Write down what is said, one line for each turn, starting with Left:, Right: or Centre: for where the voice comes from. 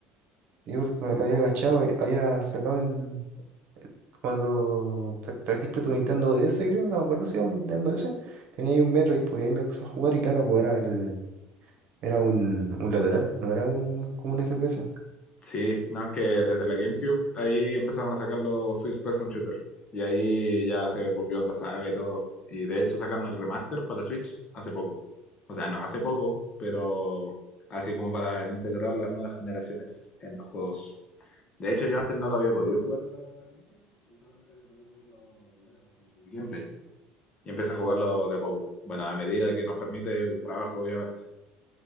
Right: Sí, porque me había agachado, había sacado el. Cuando tra- trajiste tu Nintendo DS, creo, no me acuerdo si era un Nintendo DS, tenía ahí un Metroid, pues y ahí me puse a jugar y claro, pues era el, era un, un lateral, no era un, como un FPS.
Left: Sí, no, es que desde la GameCube ahí empezaron a sacar los First Person Shooter. Y ahí ya se volvió otra saga y todo. Y de hecho sacaron el remaster para la Switch hace poco. O sea, no hace poco, pero así como para integrar las nuevas generaciones en los juegos. De hecho, yo antes no lo había podido jugar en la GameCube y solamente había podido ver los videos y el gameplay. Y empecé a jugarlo de a poco. Bueno, a medida que nos permite el trabajo, obviamente.